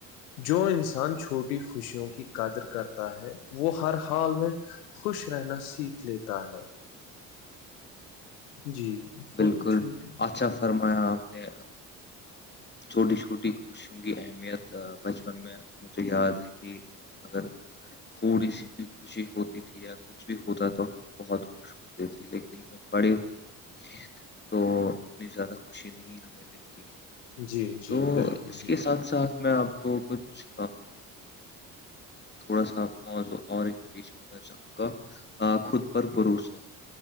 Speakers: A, on the left; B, on the left.
A: جو انسان چھوٹی خوشیوں کی قدر کرتا ہے وہ ہر حال میں خوش رہنا سیکھ لیتا ہے
B: ج <unintelligible>
A: جی چھوٹی۔
B: بالکل اچھا فرمایا آپ نے چھوٹی چھوٹی خوشوں کی اہمیت بچپن میں مجھے یاد ہے کہ اگر تھوڑی سی بھی خوشی ہوتی تھی یا کچھ بھی ہوتا تو بہت خوش چھوتے تھے لیکن جب بڑی ہو <inaudible> تو اتنی زیادہ خوشی نہیں ہمیں ملتی ہے <inaudible>
A: جی جی
B: تو
A: بالکل
B: اس
A: بالکل
B: کے ساتھ ساتھ میں آپ کو کچھ تھوڑا سا موضوع اور ہی پیش کر چاہوں خود پر بھروسا <unintelligible>